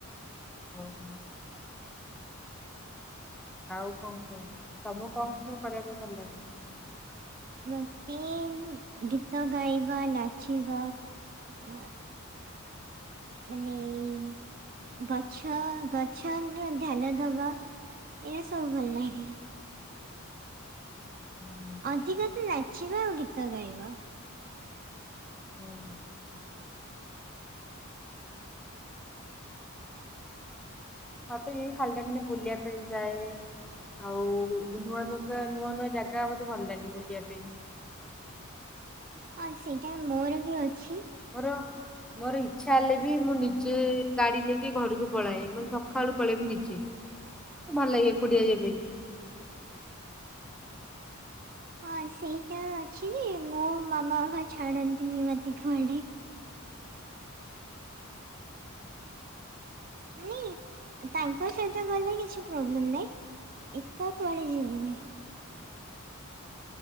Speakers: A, in the centre; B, on the right.
A: ଓ ହୋ। ଆଉ କଣ କୁହ ତମକୁ କଣ ସବୁ କରିବାକୁ ଭଲ ଲାଗେ?
B: ମୋତେ-ଏ-ଏ ଗୀତ ଗାଇବା, ନାଚିବା ନା ମାନେ-ଏ-ଏ ଗଛ ଗଛନୁ ଧ୍ୟାନ ଦବା ଏଇରା ସବୁ ଭଲ ଲାଗେ।
A: ହୁଁ ହୁଁ।
B: ଅଧିକା ତ ନାଚିବା ଆଉ ଗୀତ ଗାଇବା।
A: ହୁଁ ମତେ ଏଇ ଖାଲି ଟାମ୍ ରେ ବୁଲିବା ପାଇଁ ଯାଏ-ଏ-ଏ। ଆଉ-ଉ-ଉ ନୂଆ ନୂଗା ନୂଆ ନୂଆ ଜାଗା ମତେ ଭଲ ଲାଗେ ବୁଲିବା ପାଇଁ।
B: ଆ ସେଇଟା ମୋର ବି ଅଛି।
A: ମୋର ମୋର ଇଚ୍ଛା ହେଲେ ବି ମୁଁ ନିଜେ ଗାଡି ନେଇକି ଘରକୁ ପଳାଏ ମାନେ ସକାଳୁ ପଳେଇବି ନିଜେ। ଭଲ ଲାଗେ ଏକୁଟିଆ ଯିବା ପାଇଁ।
B: ହଁ ସେଇଟା ଅଛି ଯେ ମୋ ମାମା ବାପା ଛାଡ଼ନ୍ତିନି ମୋତେ କୁଆଡ଼େ। ମାନେ ତାଙ୍କ ସହିତ ଗଲେ କିଛି ପ୍ରୋବ୍ଲେମ ନାଇଁ। ଏକା କୁଆଡ଼େ ଯିବୁନି।